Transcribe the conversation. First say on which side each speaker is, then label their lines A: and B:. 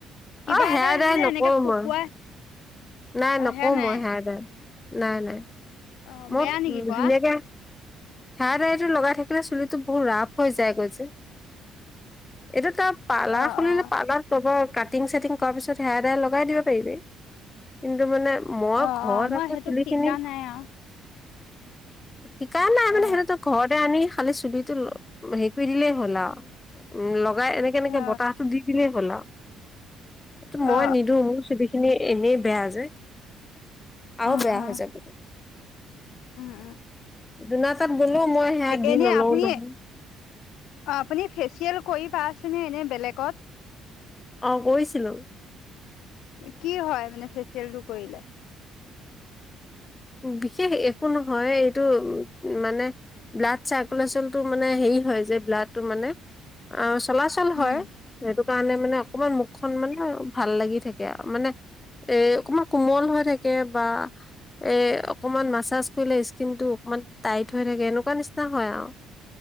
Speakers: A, on the left (about 65°); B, on the left (about 25°).
A: কিবা
B: অ' সেয়া
A: এটা
B: দাই
A: যি যে
B: নকৰো
A: এনেকে শুকুৱাই
B: মই। নাই
A: অ
B: নকৰো
A: নাই
B: মই সেয়া দাই নাই, নাই,
A: অ
B: মই
A: বেয়া নেকি কোৱা
B: ধুনীয়াকে হেয়াৰ দাইটো লগাই থাকিলে চুলিটো বহু ৰাফ হৈ যায়গৈ যে। এটো তাত পাৰ্লাৰ
A: অ
B: খুলিলে
A: অ
B: পাৰ্লাৰত ক'ব কাটিং চাটিং কৰাৰ পিছত হেয়াৰ দেয়াৰ লগাই দিব পাৰিবি কিন্তু মানে মই
A: অ
B: ঘৰত
A: অ মই
B: আকৌ
A: সেইটো
B: চুলি
A: শিকা
B: কিনি
A: নাই আৰু
B: শিকা নাই মানে
A: অ
B: সেইটো তই ঘৰতে আনি খালি চুলিটো হেৰি কৰি দিলেই হ'ল আও লগ গাই এনেকে এনেকে
A: অ
B: বতাহটো দি দিলেই হল আও সেইটো মই
A: অ
B: নিদিওঁ মোৰ চুলি খিনি এনেই বেয়া যে আও
A: অ অ
B: বেয়া
A: অ
B: হৈ যাব
A: উম
B: যোনা তাত গ'লেও মই সেয়া দি
A: এনে
B: নলও
A: আপুনি
B: নহয়
A: আপুনি ফেচিয়েল কৰি পাইছেনে এনে বেলেগত।
B: অ' গৈছিলো।
A: কি হয় মানে ফেচিয়েল টো কৰিলে?
B: বিশেষ একো নহয় এইটো উ মানে ব্লাড চাৰ্কুলেশচন টো মানে হে কি হয় যে ব্লাডটো মানে অ', চলাচল হয়
A: উম
B: সেইটো কাৰণে মানে অকমান মুখখন মানে ভাল লাগি থাকে মানে এ অকণমান কোমল হৈ থাকে বা এ' অকণমান মাছাজ কৰিলে স্কিনটো অকমান টাইট হৈ থাকে এনেকুৱা নিচিনা হয় আৰু।